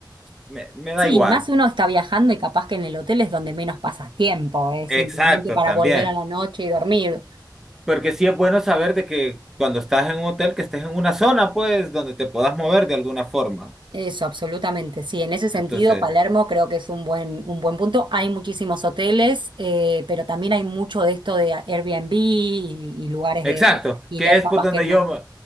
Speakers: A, in the centre; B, on the right.
A: Me, me
B: Sí,
A: da igual.
B: más uno está viajando y capaz que en el hotel es donde menos pasas tiempo, es
A: Exacto,
B: simplemente para
A: también.
B: volver a la noche y dormir.
A: Porque sí es bueno saber de que cuando estás en un hotel, que estés en una zona, pues, donde te puedas mover de alguna forma.
B: Eso, absolutamente. Sí, en ese sentido,
A: Entonces.
B: Palermo creo que es un buen, un buen punto. Hay muchísimos hoteles, eh, pero también hay mucho de esto de Airbnb y, y lugares
A: Exacto,
B: de alquiler,
A: que es
B: capaz
A: por donde
B: que
A: yo, me-